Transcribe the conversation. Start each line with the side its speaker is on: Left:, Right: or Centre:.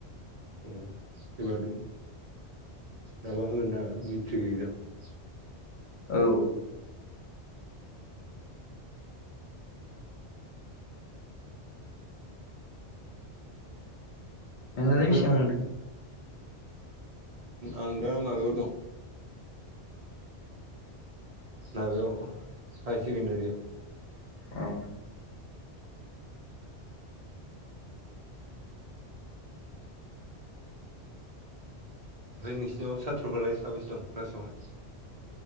Right: अ एबार माबा होगोन ना मिट्रिग एगजाम?
Left: औ नोंनालाय
Right: ओमफाय
Left: बेसेबां मोनखो
Right: आं दा माबायाव दं माबायावब हाय सकेणन्दारियाव
Left: अ
Right: ओमफाय नोंसिनाव साथ्र'फालाय साबैसे दं क्लासावहाय?